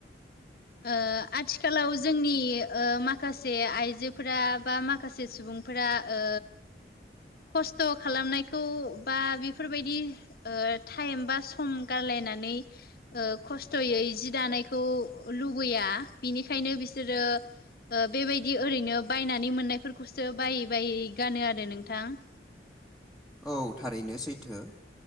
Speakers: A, on the left; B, in the centre.
A: ओ आथिखालाव जोंनि ओ माखासे आइजोफोरा बा माखासे सुबुं फोरा ओ खस्थ' खालामनायखौ बा बेफोरबायदि ओ टाइम बा सम गारलायनानै ओ खस्थ'यै जि दानायखौ लुबैया बिनिखायनो बिसोरो ओ बेबायदि ओरैनो बायनानै मोननायफोरखौसो बायै बायै गानो आरो नोंथां।
B: औ थारैनो सैथो।